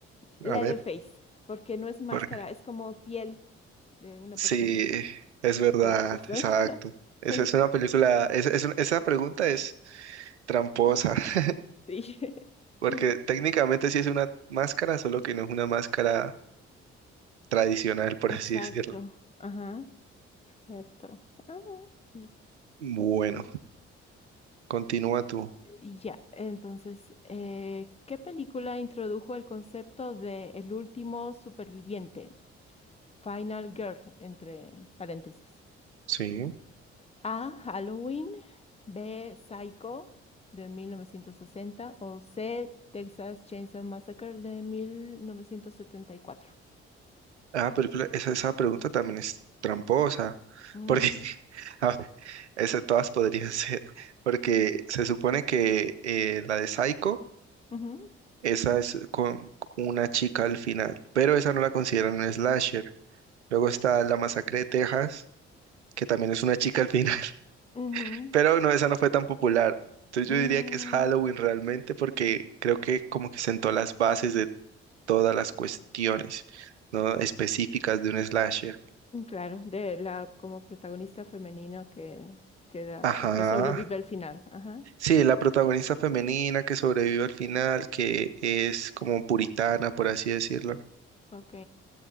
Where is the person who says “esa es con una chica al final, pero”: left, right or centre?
Right